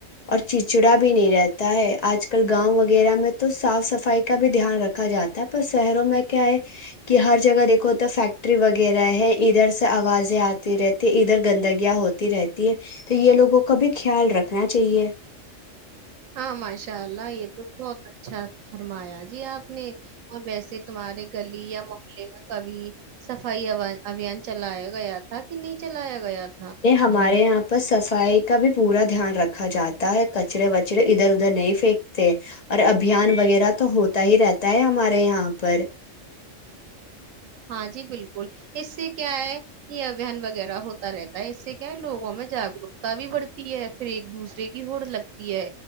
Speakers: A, on the left; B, on the right.
A: اور چچڑا بھی نہیں رہتا ہے آج کل گاؤں وغیرہ میں تو صاف صفائی کا بھی دھیان رکھ رکھا جاتا ہے پر شہروں میں کیا ہے کہ ہر جگہ دیکھو تو فیکٹری وغیرہ ہے ادھر سے آوازیں آتی رہتی ہے ادھر گندگیاں ہوتی رہتی ہے تو یہ لوگوں کا بھی خیال رکھنا چاہیے
B: ہاں ماشاء اللہ یہ تو بہت اچھا فرمایا جی آپ نے اور ویسے تمہارے گلی یا محلے میں کبھی صفائی ابھیان چلایا گیا تھا کہ نہیں چلایا گیا تھا
A: ہمارے یہاں پر صفائی کا بھی پورا دھیان رکھا جاتا ہے کچرے وچرے ادھر ادھر نہیں پھینکتے اور ابھیان وغیرہ تو ہوتا ہی رہتا ہے ہمارے یہاں پر
B: ہاں جی بالکل اس سے کیا ہے یہ ابان وغیرہ ہوتا رہتا اس سے کیا ہے لووں میں جاگروک تا بھی بڑھتی ہے پھر ایک دوسرے کی ہوڑ لگتی ہے